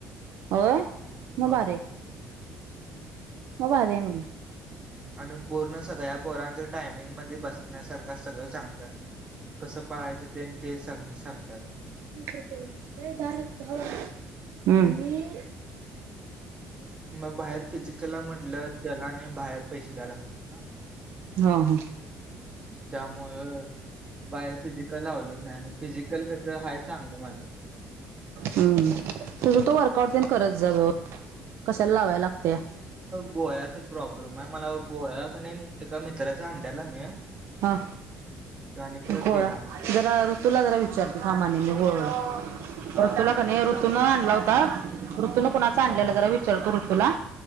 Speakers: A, on the right; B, on the right.
A: होय
B: होय.
A: म भारी हाय. म भारी हाय म्हणलं.
B: आणि पूर्ण सगळ्या पोरांचं टायमिंग मध्ये बसण्यासारखं सगळं चांग कसं पाळायचं तेन ते सगळ सांगतात.
A: <unintelligible> हं.
B: मग बाहेर फिजिकलला म्हटलं त्याला आणि बाहेर पैसे द्यायला लागतात ना
A: हा हा.
B: त्यामुळ बाहेर फिजिकल लावलच नाही आणि फिजिकल कस हाय चांगलं माझं.
A: हम् तुझं तू वर्कआउट तेन करत जा वे कशाला लावाय लागतया
B: गोळ्याच प्रॉब्लेम आहे मला गोळा कानाय एका मित्राचा आणलेला मी
A: हा
B: आणि परत
A: गोळा
B: दिला
A: ऋतूला जरा विचारते थांब आणि मी गोळा
B: हा
A: ऋतूला
B: हा
A: का नाय ऋतू न आणला होता. ऋतूून कुणाच आणलेला
B: हा हा
A: जरा विचारतो ऋतूला